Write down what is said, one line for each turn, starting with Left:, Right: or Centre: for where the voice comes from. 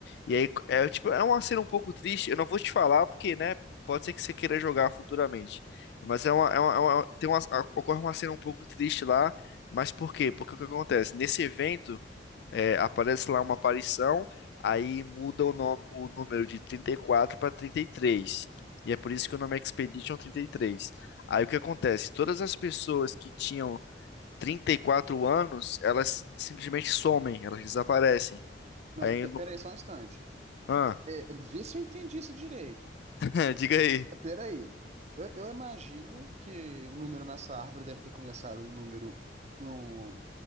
Left: e aí é tipo, é uma cena um pouco triste. Eu não vou te falar porque, né, pode ser que você queira jogar futuramente. Mas é uma, é uma- é uma- tem uma, ocorre uma cena um pouco triste lá, mas por quê? Porque o que acontece? Nesse evento é, aparece lá uma aparição, aí muda o nome, o número de 34 para trinta E três e é por isso que o nome é Expedition trinta e três Aí o que acontece? Todas as pessoas que tinham 34 anos, elas simplesmente somem, elas desaparecem.
Right: Não,
Left: Aí,
Right: pe-
Left: no-
Right: peraí, só um instante.
Left: ah,
Right: É, vê se eu entendi isso direito.
Left: <laughs> diga aí.
Right: Peraí. Eu, eu imagino que o número nessa árvore deve ter começado no número, num-